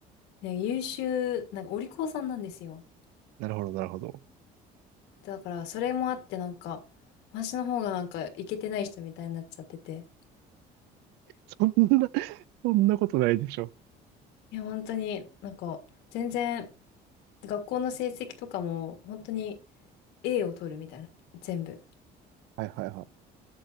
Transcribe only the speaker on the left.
ね、優秀、なんかお利口さんなんですよ。
だから、それもあって、なんか、私の方がなんか、イケてない人みたいになっちゃってて。
いや、本当に、なんか、全然、学校の成績とかも、本当に、A を取るみたいな、全部。